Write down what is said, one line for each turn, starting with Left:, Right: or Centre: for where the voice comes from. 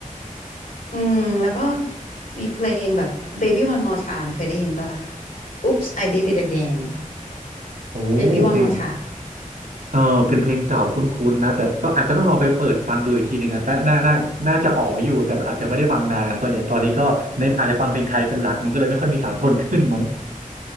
Left: อืมแล้วก็มีเพลงแบบ Baby One More Time เคยได้ยินปะ Oops I Did It Again
Right: โอ้
Left: Baby One
Right: เพลง
Left: More Time
Right: เออเป็นเพลงเก่าคุ้นๆนะแต่ต้องอาจจะต้องลองไปเปิดฟังดูอีกทีหนึ่งอ่ะแต่น่าน่าน่าจะอ๋ออยู่แต่อาจจะไม่ได้ฟังนานส่วนใหญ่ตอนนี้ก็เน้นอาจจะฟังเพลงไทยเป็นหลักมันก็เลยไม่ค่อยมีสากลขึ้นมั้ง